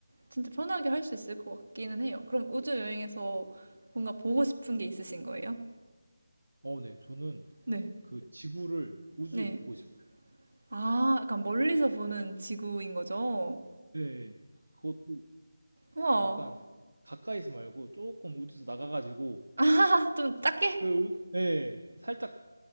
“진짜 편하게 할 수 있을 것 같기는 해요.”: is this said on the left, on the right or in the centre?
Right